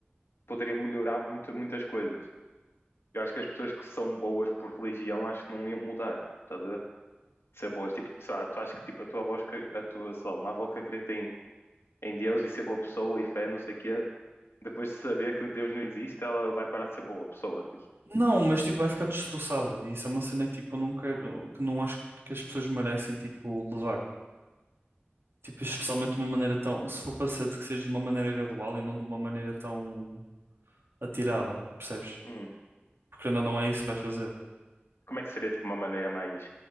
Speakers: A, on the left; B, on the right.
A: poderia melhorar muito, muitas coisas. Eu acho que as pessoas que são boas por religião acho que não iam mudar, estás a ver? De ser boas, tipo, sei lá, tu achas que tipo a tua avó, que- a tua, sei lá, uma avó que acredita em, em Deus e ser boa pessoa e fé, não sei o quê, depois de saber que Deus não existe, ela vai parar de ser boa pessoa, tipo,
B: Não, mas tipo vai ficar destroçada. E isso é uma cena que tipo eu não quero, que não acho que as pessoas merecem tipo levar. Tipo, especialmente de uma maneira tão, se for para ser de que seja de uma maneira gradual e não de uma maneira tão atirada, percebes?
A: hum.
B: Porque ainda não é isso que vais fazer.
A: Como é que seria tipo uma maneira mais,